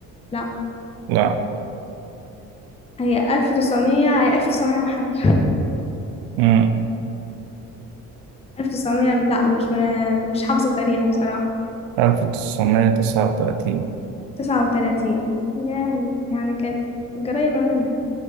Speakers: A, on the left; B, on the right.
A: لا
B: لا
A: هي 1900 هي 1900 وحاجة
B: مم.
A: <laughs> 1900 لا مش مش حافظة تاريخ بصراحة
B: 1939
A: 39 يعني يعني كانت قريبة منها